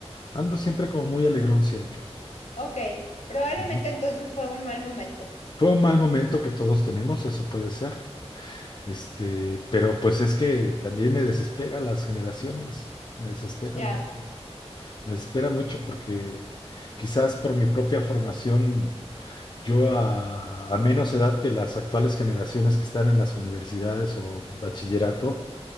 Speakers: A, on the left; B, on the left.
A: ando siempre como muy alegrón siempre.
B: ok. Probablemente
A: Ujú.
B: entonces fue un mal momento.
A: Fue un mal momento que todos tenemos, eso puede ser. Este, pero pues es que también me desespera las generaciones, me desesperan
B: Ya,
A: mucho, me desespera mucho porque quizás por mi propia formación, yo a, a menos edad que las actuales generaciones que están en las universidades o bachillerato,